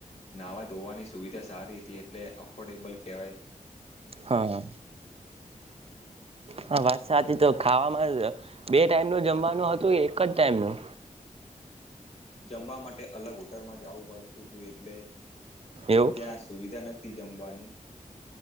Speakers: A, on the left; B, on the right.
A: નાવાધોવા ધોવાની સુવિધા સારી હતી. એટલે અફોર્ડેબલ કેવાય.
B: હહ હહ વાત સાચી તો ખાવામાં બે ટાઈમનું જમવાનું હતું એક જ ટાઈમનું?
A: જમવા માટે અલગ હોટલમાં જાવું પડતું તું, એટલે
B: એવું
A: ત્યાં સુવિધા નત નતી જમવાની